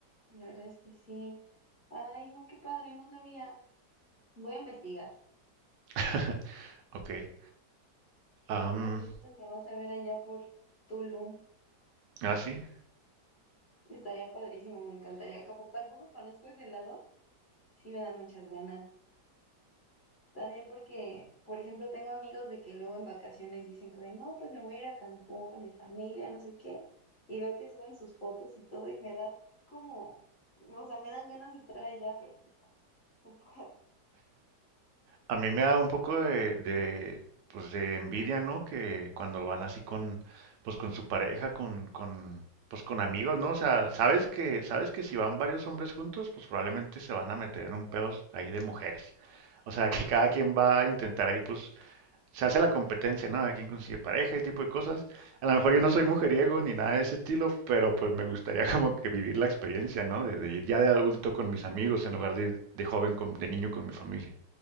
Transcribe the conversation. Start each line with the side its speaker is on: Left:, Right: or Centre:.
Left: La verdad es que sí. Ay, no, qué padre, no sabía. Voy a investigar.
Right: <laughs> Ok. Am,
Left: En una de esas me vas a ver allá por Tulum.
Right: ah, sí.
Left: Estaría padrísimo, me encantaría. Como tampoco conozco ese lado, sí me dan muchas ganas. También porque, por ejemplo, tengo amigos de que luego en vacaciones dicen que de, no, pues me voy a ir a Cancún con mi familia, no sé qué, y veo que suben sus fotos y todo y me da como, o sea, me dan ganas de estar allá, pero pues no, no puedo.
Right: A mí me da un poco de, de, pues de envidia, ¿no? Que cuando van así con, pues con su pareja, con, con, pues con amigos, ¿no? O sea, sabes que, sabes que si van varios hombres juntos, pues probablemente se van a meter en un pedo ahí de mujeres. O sea, que cada quien va a intentar ahí, pues, se hace la competencia, ¿no? A ver quién consigue pareja, ese tipo de cosas. A lo mejor yo no soy mujeriego ni nada de ese estilo, pero pues me gustaría <laughs> como que vivir la experiencia, ¿no? De, de ir ya de adulto con mis amigos en lugar de ir de joven, con, de niño con mi familia.